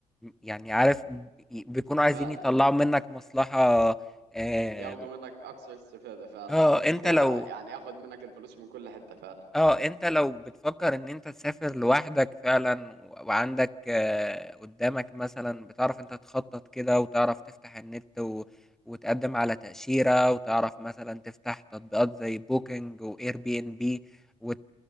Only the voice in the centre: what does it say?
يعني عارف بيكونوا عايزين
يطلعوا منك مصلحة آم،
اه
انت لو
اه انت لو بتفكر ان انت تسافر لوحدك فعلا و- وعندك آه، قدامك مثلا بتعرف انت تخطط كده وتعرف تفتح النت و... وتقدم على تأشيرة وتعرف مثلا تفتح تطبيقات زي بوكينج واير بي ان بي وت...